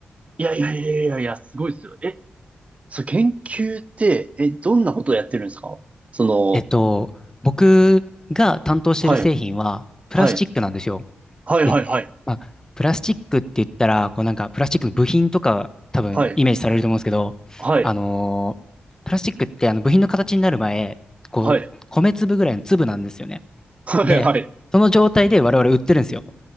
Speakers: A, on the right; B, on the left.
A: いやいやいやいやいや、すごいですよ。え、そう、研究って、え、どんなことをやってるんですかその、
B: えっと、僕が担当してる製品はプラスチックなんですよ。
A: はい、はい、はい、
B: で、
A: はい、はい、
B: まあ、プラスチックって言ったら、こうなんかプラスチックの部品とか多分イメージされると思うんですけど、
A: はい、はい、
B: あのープラスチックってあの部品の形になる前、こう、
A: はい、
B: 米粒ぐらいの粒なんですよね。
A: はい、
B: で、
A: はい。
B: その状態で我々売ってるんですよ。